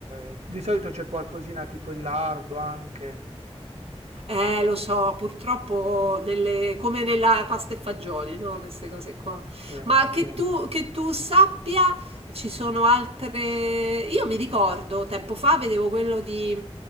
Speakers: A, on the right (about 80°); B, on the right (about 65°).
A: eh, di solito c'è qualcosina tipo il lardo anche,
B: Eh, lo so, purtroppo nelle- come nella pasta e fagioli, no? Queste cose qua.
A: sì.
B: Ma che Eh, tu, che tu sappia, ci sono altre... Io mi ricordo, tempo fa vedevo quello di,